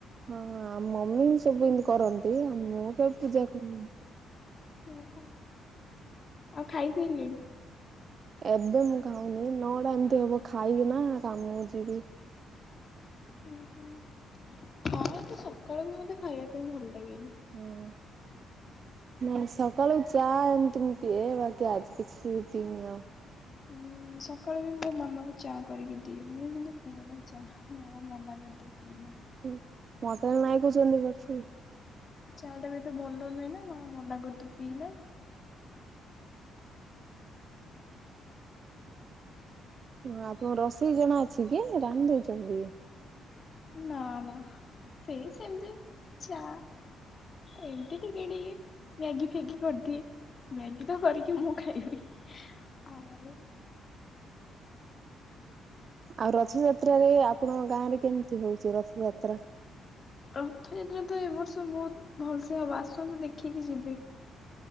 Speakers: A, on the right (about 50°); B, on the left (about 40°).
A: ହଁ ଆମ ମମି ହିଁ ସବୁ ଏମିତି କରନ୍ତି ଆ ମୁଁ କେବେ ପୂଜା କରି
B: ଓହୋ। ଆଉ ଖାଇସାରିଲେଣି?
A: ଏବେ ମୁଁ ଖାଉନି ନଅଟା ଏମିତି ହବ ଖାଇକି ନା କାମକୁ ଯିବି।
B: ହୁଁ ହୁଁ। <unintelligible> ସକାଳ ମୋତେ ଖାଇବା ପାଇଁ ଭଲ ଲାଗେନି।
A: ହଁ। ନାଇ ସକାଳୁ ଚା ଏମିତି ମୁଁ ପିଏ ବାକି ଆଜି କିଛି ପିଇନି ଆଉ।
B: ହୁଁ। ସକାଳୁ ବି ମୋ ମାମାକୁ ଚା କରିକି ଦିଏ ମୁଁ କିନ୍ତୁ ପିଏ ନା ଚା ମାମା ମନା କରି ତୁ ପିଇଏନା।
A: ହୁଁ ମତେ ନାଇଁ କହୁଛନ୍ତି ବାସିି
B: ଚା ଟା ବି ଏତେ ଭଲ ନୁହେଁ ନା ମା ମନା କର ତୁ ପିଇନା।
A: ହଁ ଆପଣଙ୍କ ରୋଷେଇ ଜଣା ଅଛି କି ରାଧ ଦେଇଛନ୍ତି।
B: ନା ନା ସେଇ ସେମିତି ଚା। ଏମିତି ଟିକେ ଟିକେ ମ୍ୟାଗି ଫ୍ୟାଗି କରିଦିଏ। ମ୍ୟାଗି ତ କରିକି ମୁଁ ଖାଇବି, ଆଉ
A: ଆଉ ରଥଯାତ୍ରାରେ ଆପଣଙ୍କ ଗାଁ ରେ କେମିତି ହଉଛି ରଥଯାତ୍ରା?
B: ରଥଯାତ୍ରା ତ ଏ ବର୍ଷ ବହୁତ ଭଲସେ ହବ ଆସନ୍ତୁ ଦେଖିକି ଯିବେ।